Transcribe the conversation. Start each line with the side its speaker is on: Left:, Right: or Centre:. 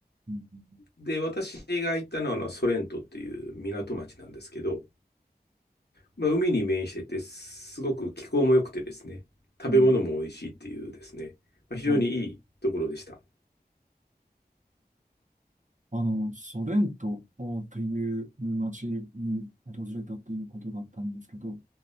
Right: うんうん
Left: で、私が行ったのはあのソレントっていう港町なんですけど、まあ、海に面してて、すごく気候も良くてですね、食べ物も美味しいっていうですね、
Right: うんう
Left: まあ、非常にいいところでした。
Right: んはいあの、ソレントっていう町に訪れたということだったんですけど、